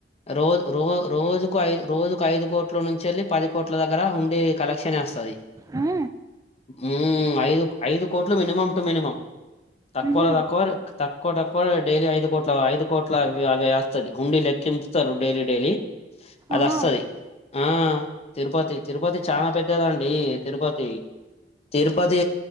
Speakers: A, on the left; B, on the right.
A: రోజ్ రో రోజుకు ఐదు రోజుకు ఐదు కోట్ల నుంచెళ్లి పది కోట్ల దగ్గర హుండీ కలెక్షన్ ఎస్తది
B: ఆ
A: ఉమ్మ్ ఐదు ఐదు కోట్లు మినిమం టు మినిమం తక్కువలో
B: మ్హూ
A: తక్కువ తక్కువ తక్కువ డైలీ ఐదు కోట్లు ఐదు కోట్ల అవి అవేస్ స్తది హుండీ లెక్కింపుతారు డైలీ డైలీ అది
B: ఆహా
A: అస్తది ఆ తిరుపతి తిరుపతి చనా పెద్దదండీ తిరుపతి తిరుపతి